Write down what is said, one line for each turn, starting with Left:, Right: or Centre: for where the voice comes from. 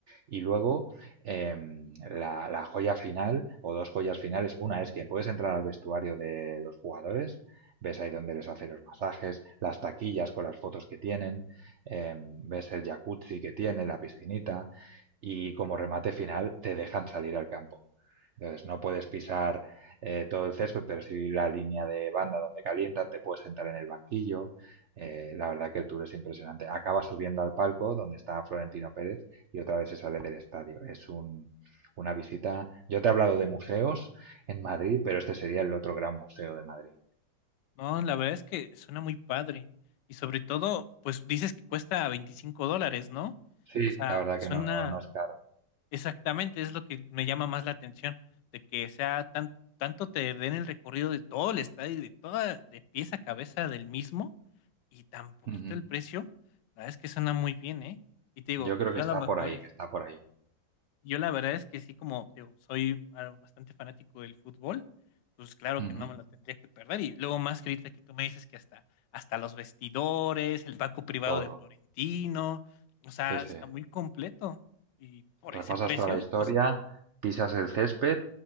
Right: Y luego, eh, la, la, joya final, o dos joyas finales, una es que puedes entrar al vestuario de los jugadores ves ahí donde les hace los masajes, las taquillas con las fotos que tienen, eh, ves el jacuzzi que tiene, la piscinita y como remate final te dejan salir al campo. Entonces no puedes pisar eh, todo el césped, pero sí la línea de banda donde calientan, te puedes sentar en el banquillo. Eh, la verdad que el tour es impresionante. Acaba subiendo al palco donde está Florentino Pérez y otra vez se sale del estadio. Es un, una visita. Yo te he hablado de museos en Madrid, pero este sería el otro gran museo de Madrid.
Left: No, la verdad es que suena muy padre. Y sobre todo, pues dices que cuesta 25 dólares, ¿no?
Right: Sí,
Left: O sea,
Right: la verdad
Left: suena,
Right: que no, no es caro.
Left: Exactamente, es lo que me llama más la atención, de que sea tan, tanto te den el recorrido de todo el estadio, de toda, de pies a cabeza del mismo, y tan poquito
Right: Ujú.
Left: el precio, la verdad es que suena muy bien, ¿eh? Y te digo,
Right: Yo creo
Left: yo
Right: que está
Left: a lo mejor,
Right: por ahí,
Left: es-
Right: que está por ahí.
Left: yo la verdad es que sí, como te digo, soy ah, bastante fanático del fútbol, pues claro
Right: Ujú.
Left: que no me lo tendría que perder. Y luego más que ahorita que tú me dices que hasta, hasta los vestidores, el banco privado
Right: Todo.
Left: de Florentino, o sea,
Right: Sí,
Left: está
Right: sí.
Left: muy completo. Y por
Right: Repasas
Left: ese precio,
Right: toda la historia,
Left: pues
Right: pisas el césped.